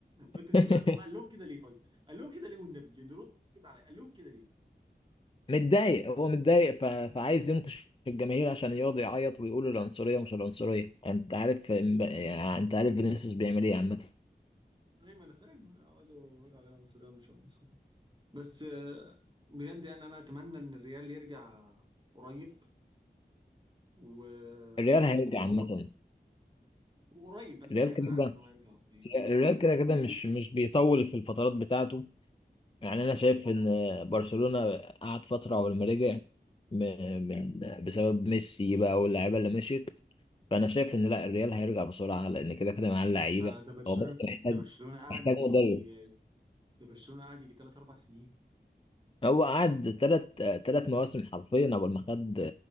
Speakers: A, on the left; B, on the right.
A: <laughs>
B: وانت بتبقى طب قال لهم كده ليه طيب؟ قال لهم كده ليه والنبي يعني رد كده عليا قال لهم كده ليه؟
A: متضايق هو متضايق ف... فعايز ينكش الجماهير عشان يقعد يعيط ويقول العنصرية ومش العنصرية انت عارف امب- يعني انت عارف فينيسيوس بيعمل ايه عامة
B: ايوه انا فاهم يقعدوا يقولوا عليه عنصريه مش عنصريه بس آه، بجد يعني انا اتمنى ان الريال يرجع قريب و...
A: الريال
B: وهو
A: هيرجع عامة
B: وقريب انا فاهم
A: الريال كده
B: انا
A: كده
B: عارف ان هو هيرجع قريب
A: الريال كده كده مش مش بيطول في الفترات بتاعته يعني انا شايف ان برشلونة قعد فترة قبل ما رجع م- من بسبب ميسي بقى واللعيبة اللي مشيت فانا شايف ان لا الريال هيرجع بسرعة لان كده كده معاه اللعيبة
B: ده ده برشلونه
A: هو بس محتاج
B: ده برشلونه قعد
A: محتاج
B: يجي
A: مدرب
B: ده برشلونه قعد يجي ثلاث اربع سنين
A: هو قعد تلات تلات مواسم حرفيا قبل ما خد